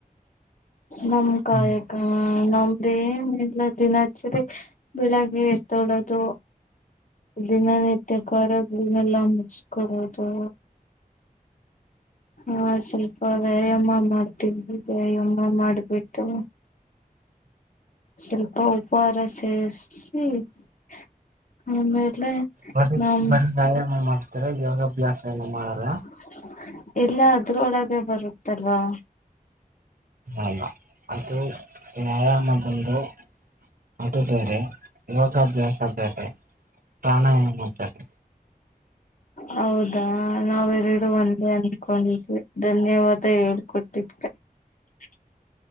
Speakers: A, on the left; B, on the right.
A: ನಮ್ ಕಾಯಕ
B: ಹ್ಮ್
A: ಹ ನಂಬ್ರಿ ಏನ್ಲ್ಲಇಲ್ಲ ದಿನಚರಿ ಬೆಳಗ್ಗೆ ಎದೇಅಳೋತು ದಿನ ನಿತ್ಯಕಾರಗಳನ್ನೆಲ್ಲ ಮುಚ್ಕೋದು ಹಾ ಸ್ವಲ್ಪ ವ್ಯಾಯಾಮ ಮಾಡ್ತವಿ ವ್ಯಾಯಾಮ ಮಾಡ್ಬಿಟ್ಟು ಸ್ವಲ್ಪ ಉಪಹಾರ ಸೇಸಿ <unintelligible> ಆಮೇಲೆ
B: ಬರ
A: ನಮ್
B: ಬರ ವ್ಯಾಯಾಮ ಮಾಡ್ತಾರೆ ಯೋಗಾಭ್ಯಾಸ ಏನ ಮಾಡಲ್ಲ
A: <unintelligible> ಎಲ್ಲ ಅದ್ರೊಳಗೆ ಬರುತ್ತಲ್ವಾ.
B: ಅಲ್ಲ ಅದು ವ್ಯಾಯಾಮ ಬಂದು. ಅದು ಬೇರೆ ಯೋಗಾಭ್ಯಾಸ ಬೇರೆ ಪ್ರಾಣಾಯಾಮ ಬೇರೆ
A: ಹೌದಾ ನಾವೆರಡು ಒಂದೇ ಅನ್ಕೊಂಡಿದ್ವಿ ಧನ್ಯವಾದ ಹೇಳ್ಕೊಟ್ಟಿಕೆ <unintelligible> ಹ್ಮ್